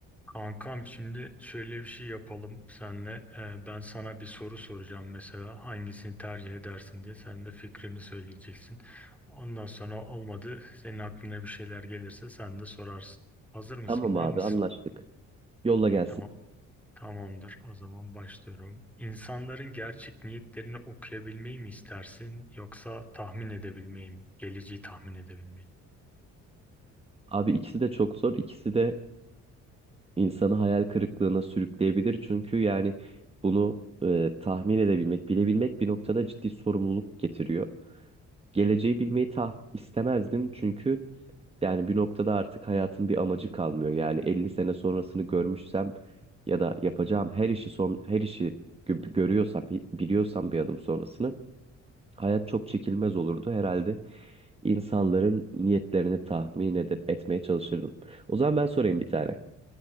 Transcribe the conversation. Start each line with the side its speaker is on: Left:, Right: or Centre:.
Centre: Kankam şimdi şöyle bir şey yapalım senle. Ee, ben sana bir soru soracağım mesela hangisini tercih edersin diye sen de fikrini söyleyeceksin. Ondan sonra olmadı senin aklına bir şeyler gelirse sen de sorarsın. Hazır mısın?
Right: Tamam
Centre: Var
Right: abi
Centre: mısın?
Right: anlaştık. Yolla gelsin.
Centre: Tamam. Tamamdır. O zaman başlıyorum. İnsanların gerçek niyetlerini okuyabilmeyi mi istersin yoksa tahmin edebilmeyi mi? Geleceği tahmin edebilmeyi.
Right: Abi ikisi de çok zor. İkisi de insanı hayal kırıklığına sürükleyebilir. Çünkü yani bunu e, tahmin edebilmek, bilebilmek bir noktada ciddi sorumluluk getiriyor. Geleceği bilmeyi tah istemezdim çünkü yani bir noktada artık hayatın bir amacı kalmıyor. Yani 50 sene sonrasını görmüşsem ya da yapacağım her işi son her işi gö- görüyorsam, biliyorsam bir adım sonrasını hayat çok çekilmez olurdu herhalde. insanların niyetlerini tahmin edip etmeye çalışırdım. O zaman ben sorayım bir tane.